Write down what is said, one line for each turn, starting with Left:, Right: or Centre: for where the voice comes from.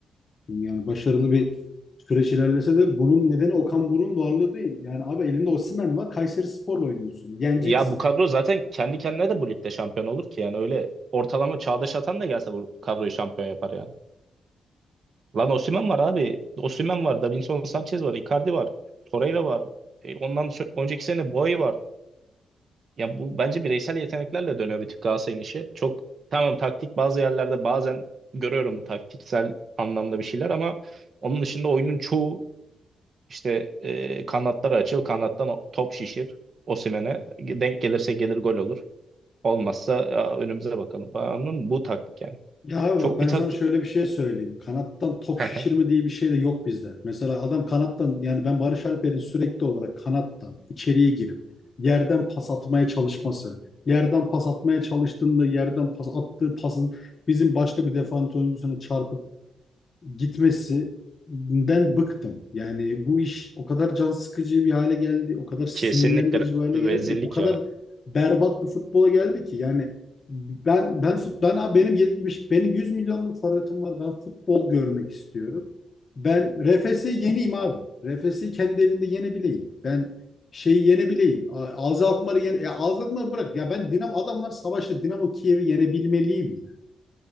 Left: yani başarılı bir süreç ilerlese de bunun nedeni Okan Buruk'un varlığı değil. Yani abi elinde Osimhen var. Kayserispor'la oynuyorsun. Yeneceksin.
Right: Ya bu kadro zaten kendi kendine de bu ligde şampiyon olur ki yani öyle ortalama Çağdaş Atan da gelse bu kadroyu şampiyon yapar yani. Lan Osimhen var abi. Osimhen var, Davinson Sanchez var, Icardi var, Torreira var. E, ondan so- önceki sene Boey var. yani bu bence bireysel yeteneklerle dönüyor bir tık Galatasaray'ın işi. Çok tamam taktik bazı yerlerde bazen görüyorum taktiksel anlamda bir şeyler ama onun dışında oyunun çoğu işte e, kanatlar açıl, kanattan o- top şişir Osimhen'e. Denk gelirse gelir gol olur. Olmazsa "Aa, önümüze bakalım falan anladın mı? Bu taktik yani.
Left: Ya abi
Right: Çok
Left: bak ben
Right: bir taktik.
Left: sana şöyle bir şey söyleyeyim. Kanattan top
Right: <laughs>
Left: şişirme diye bir şey de yok bizde. Mesela adam kanattan yani ben Barış Alper'in sürekli olarak kanattan içeriye girip yerden pas atmaya çalışması, yerden pas atmaya çalıştığında yerden pas attığı pasın bizim başka bir defans oyuncusuna çarpıp gitmesinden bıktım. Yani bu iş o kadar can sıkıcı bir hale geldi, o kadar sinirlendirici
Right: Kesinlikle re-
Left: bir hale
Right: rezillik
Left: geldi ki, o kadar
Right: ya.
Left: berbat bir futbola geldi ki. Yani ben ben fut ben abi benim 70 benim 100 milyonluk forvetim var. Ben futbol görmek istiyorum. Ben RFS'i yeneyim abi. RFS'i kendi evinde yenebileyim. Ben şeyi yenebileyim. A- Azı Alkmaar'ı yene ya Azı Alkmaar'ı bırak. Ya ben Dinamo adamlar savaşta Dinamo Kiev'i yenebilmeliyim ya.